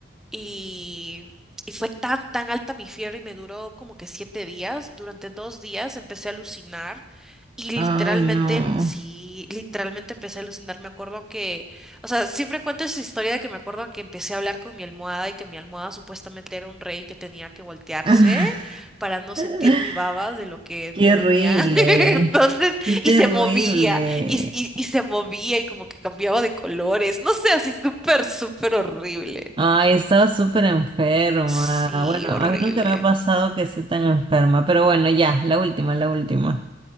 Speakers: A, in the centre; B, on the right.
A: Y, y fue tan, tan alta mi fiebre y me duró como que siete días. Durante dos días empecé a alucinar y literalmente,
B: Ay, no.
A: sí, literalmente empecé a alucinar. Me acuerdo que, o sea, siempre cuento esa historia de que me acuerdo que empecé a hablar con mi almohada y que mi almohada supuestamente era un rey que tenía que voltearse
B: <laughs>
A: para no sentir
B: Ah,
A: mi baba de lo que
B: Qué
A: me dormía.
B: horrible.
A: <laughs> Entonces,
B: Qué terrible.
A: y se movía y, y, y se movía y como que cambiaba de colores. No sé, así súper, súper horrible.
B: Ay, estaba súper enferma.
A: Sí,
B: Bueno,
A: horrible.
B: a mí nunca me ha pasado que esté tan enferma, pero bueno, ya, la última, la última.